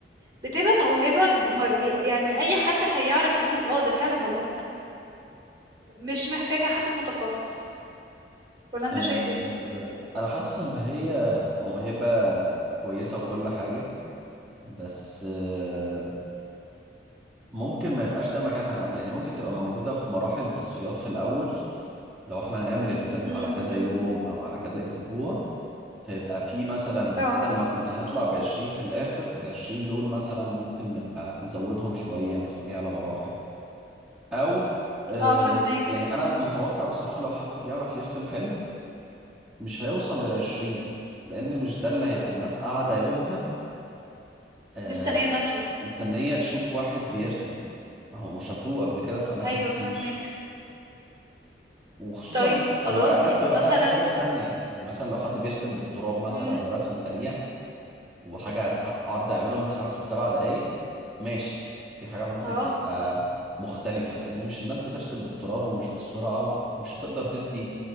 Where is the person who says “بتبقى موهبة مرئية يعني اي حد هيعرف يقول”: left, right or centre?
Right